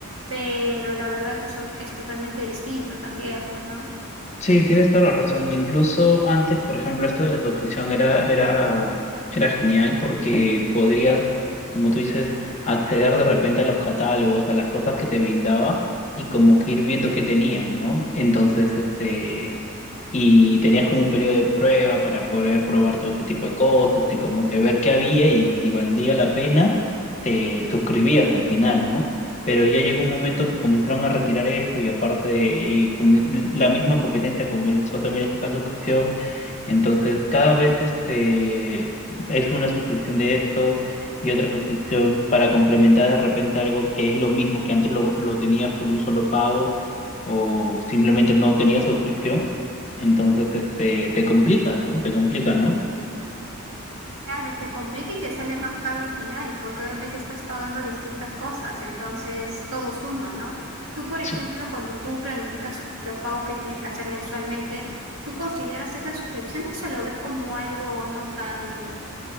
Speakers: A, on the right; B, on the left.
A: pero la verdad eso es totalmente distinto también, pues, ¿no?
B: Sí, tienes toda la razón. Incluso antes, por ejemplo, esto de la suscripción era, era, era genial porque podrías, como tú dices, acceder de repente a los catálogos, a las cosas que te brindaba y como que ir viendo qué tenían, ¿no? Entonces, este, y tenías como un periodo de prueba para poder probar todo este tipo de cosas y como que ver qué había y si valía la pena, te suscribías al final, ¿no? Pero ya llegó un momento que comenzaron a retirar esto y aparte eh, com- la misma competencia comenzó también a sacar suscripción, entonces cada vez este, es una suscripción de esto. Y otra suscripción para complementar de repente algo que es lo mismo que antes lo, lo tenías por un solo pago o simplemente no tenías suscripción entonces, este, te complica, ¿no? Te complica, ¿no?
A: Claro, te complica y te sale más caro al final, porque obviamente estás pagando distintas cosas, entonces todo suma, ¿no? Tú, por ejemplo,
B: Sí.
A: cuando tú planificas los pagos que tienes que hacer mensualmente, ¿tú consideras esas suscripciones o lo ves como algo no tan,